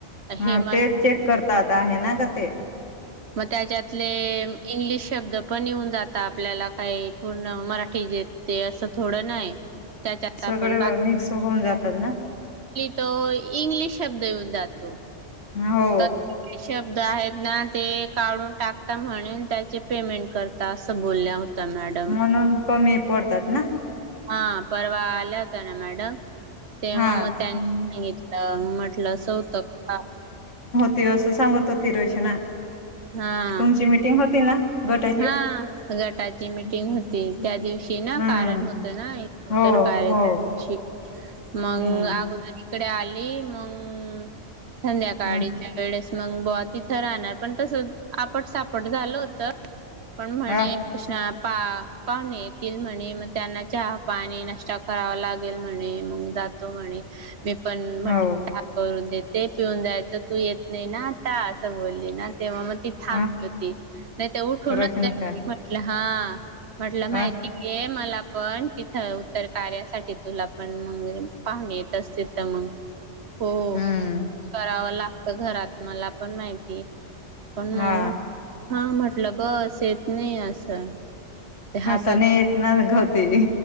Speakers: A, on the right; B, on the left.
A: हे
B: हा
A: म
B: तेच चेक करतात आहे ना का ते.
A: मग त्याच्यातले इंग्लि शब्द पण येऊन जातात आपल्याला काही पूर्ण मराठी जेत ते असं थोडं नाही. त्याच्यात
B: सगळे
A: आपली
B: मिक्स होऊन जातात ना
A: तो इंग्लिश शब्द येऊन जातो
B: हो
A: तर शब्द आहेत ना ते काढून टाकता म्हणून त्याचे पेमेंट करता असं बोलल्या होत मॅडम
B: म्हणून कमी पडतात ना
A: हा परवा आल्या होत ना मॅडम तेव्हा
B: हा
A: मग
B: हम्म
A: त्यानी सांगितलं म्हटलं स होत का
B: ती असं सांगत होती रचना
A: हा
B: तुमची मिटिंग होती ना गटाची
A: हा गटाची मिटिंग
B: हम्म
A: होती त्या दिवशी ना कारण होतं ना
B: हो
A: तर त्याची
B: हो
A: मग
B: हम्म
A: अगोदर इकडे आली मग संध्याकाळीच्या
B: हम्म
A: वेळेस मग ब तिथं राहणार पण तसं आपट सापट झालं होत पण म्हणे
B: अ
A: पा पाहुणे येतील म्हणे मग त्यांना चहा पाणी नाष्ट करावा लागेल म्हणे मग <unintelligible> मी पण म्हटलं
B: हो
A: करून देते पिऊन जायचं तू येत नाही ना आता असं बोलली ना तेव्हा मग ती थांबली
B: अ
A: होती नाही ते उठूनच
B: रोशन का
A: म्हटलं हा म्हटलं
B: अ
A: माहिती आहे मला पण तिथं उत्तर कार्यासाठी तुला पण पाहुणे येत असतील तर मग हो
B: हम्म
A: करावं लागतं घरात मला पण माहिती पण
B: हा
A: मग हा म्हटलं बस येत नाही असं ते हसत
B: आता नाही येत ना गवती